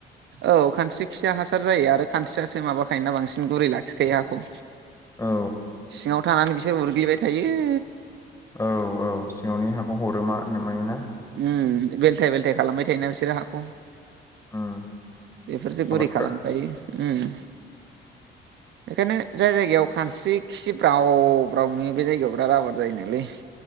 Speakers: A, on the right; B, on the left.
A: औ खानस्रिखिया हासार जायो आरो खानस्रियासो माबाखायोना बांसिन गुरै लाखिखायो हाखौ।
B: औ
A: सिङाव थानानै बिसोर उरग्लिबाय थायो।
B: औ-औ सिङावनि हाखौ हरो मा-मानोना
A: उम बेलथाय-बेलथाय खालामबाय थायोना बिसोरो हाखौ।
B: उम
A: बेफोरसो गुरै
B: आबादफोरा
A: खालामखायो उम। बेखायनो जाय जायगायाव खानस्रि खि ब्राव-ब्राव नुयो बे जायगायाव बिराद आबार जायो नोलै।